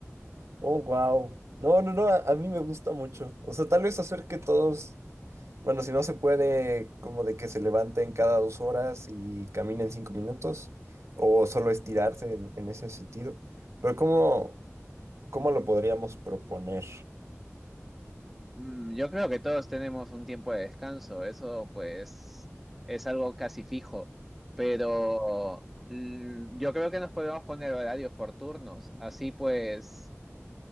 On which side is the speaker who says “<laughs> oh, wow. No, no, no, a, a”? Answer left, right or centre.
Right